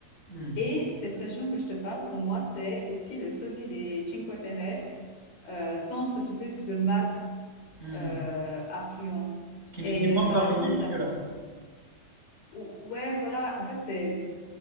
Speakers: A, on the right; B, on the left.
A: Hmm.
B: Et cette région que je te parle, pour moi, c'est aussi le sosie des Cinque Terre, euh, sans ce tourisme de masse
A: Hmm.
B: euh, affluent.
A: Qui
B: Et
A: n'est qui n'est pas encore
B: par exemple,
A: arrivé jusque-là.
B: t'as... ou- ouais, voilà, en fait, c'est